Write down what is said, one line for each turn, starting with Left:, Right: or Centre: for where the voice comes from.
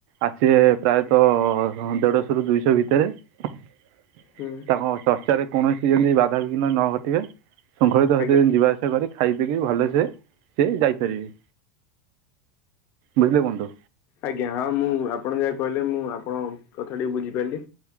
Right: ଆସେ ପ୍ରାୟତଃ ହଁ ଦେଢଶହ ରୁ ଦୁଇଶହ ଭିତରେ। ତାଙ୍କ
Left: ହୁଁ
Right: ଚର୍ଚ୍ଚାରେ କୌଣସି ଯିମିତି ବାଧାବିଘ୍ନ ନ ଘଟିବେ। ଶୃଙ୍ଖଳିତ
Left: ଆଜ୍ଞା।
Right: ସେତ ଯିବା ଆସିବା କରିବେ। ଖାଇ ପିଇକି ଭଲସେ ସେ ଯାଇପାରିବେ। ବୁଝିଲେ ବନ୍ଧୁ?
Left: ଆଜ୍ଞା ହଁ ମୁଁ ଆପଣ ଯାହା କହିଲେ ମୁଁ ଆପଣଙ୍କ କଥା ଟିକି ବୁଝିପାରିଲି।